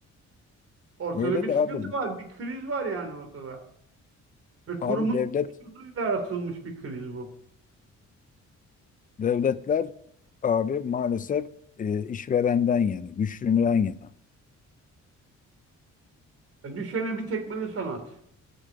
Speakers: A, on the right; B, on the left.
A: Ortada
B: öyle
A: bir
B: de
A: sıkıntı
B: abi.
A: var, bir kriz var yani ortada. Ve kurumun
B: Abi devlet
A: hukuksuzluğuyla yaratılmış bir kriz bu.
B: devletler abi maalesef e, işverenden yani güçlüden yana.
A: E, düşene bir tekmeli sanat.